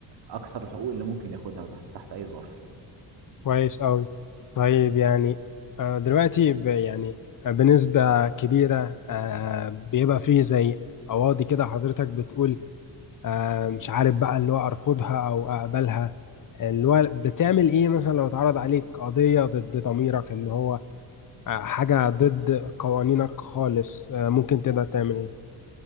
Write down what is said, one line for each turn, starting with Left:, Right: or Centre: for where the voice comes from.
Right: اكثر الحقوق اللي ممكن ياخدها تحت تحت اي ظرف
Left: كويس قوي طيب يعني آه، دلوقتي ب- يعني آه، بنسبة كبيرة آه، بيبقى فيه زي قواضي كده حضرتك بتقول آه، مش عارف بقى اللي هو ارفضها او اقبلها اللي هو بتعمل ايه مثلا لو اتعرض عليك قضية ضد ضميرك اللي هو آه، حاجة ضد قوانينك خالص آه، ممكن تقدر تعمل ايه